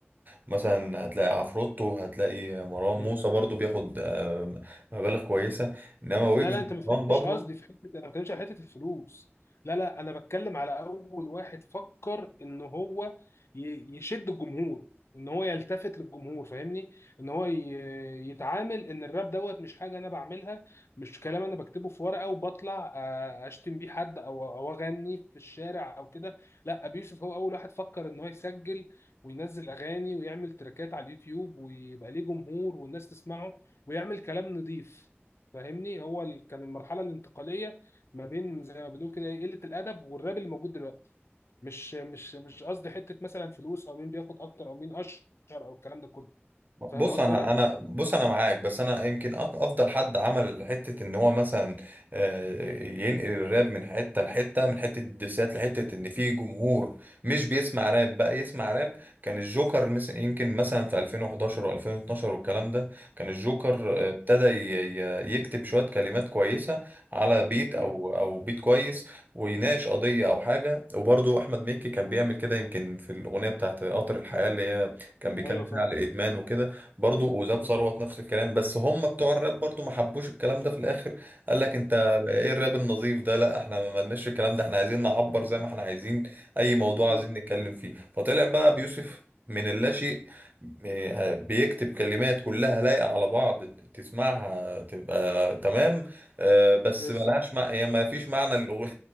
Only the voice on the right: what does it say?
ومثلا هتلاقي عفروتو هتلاقي مروان
موسى برضو بياخد آه، مبالغ كويسة انما ويجز
ومروان
بابلو
بص
انا
انا بص انا معاك بس انا يمكن أك- افضل حد عمل حته ان هو مثلا آه، ينقل الراب من حته لحته من حته الدسات لحته ان في جمهور مش بيسمع راب بقى يسمع راب كان الجوكر مس- يمكن
مثلا في 2011 و2012 والكلام ده كان الجوكر
آه، ابتدى ي- ي- يكتب شويه كلمات كويسه على بيت او
او بيت كويس ويناقش قضيه او حاجه وبرضه احمد مكي كان بيعمل كده يمكن في الاغنيه بتاعت قطر الحياه اللي هي كان بيتكلم
فيها
على الادمان وكده برضو وزاب
ثروت نفس الكلام بس هم بتوع الراب برضو ما حبوش الكلام ده في الاخر قال لك انت
بقى ايه الراب النظيف ده لا احنا ما لناش الكلام ده احنا عايزين نعبر
زي ما احنا عايزين اي موضوع
عايزين نتكلم فيه فطلع بقى بيوسف من اللاشيء م- بيكتب كلمات كلها لايقة على بعض تسمعها تبقى تمام آه، بس
ملهاش مع... هي ما فيش معنى للأغنية